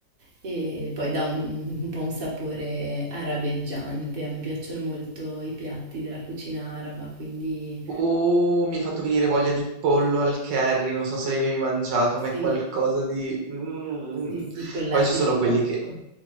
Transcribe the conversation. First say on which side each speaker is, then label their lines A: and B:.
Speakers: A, on the right (about 45°); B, on the right (about 70°).
A: e poi dà un un po' un sapore arabeggiante. A me piacciono molto i piatti della cucina araba, quindi
B: Uh, mi hai fatto venire voglia di pollo al curry, non so se l'hai mai mangiato,
A: sì,
B: ma è qualcosa di... Mm.
A: sì, sì, col latte
B: Poi ci sono
A: di
B: quelli
A: cocco.
B: che...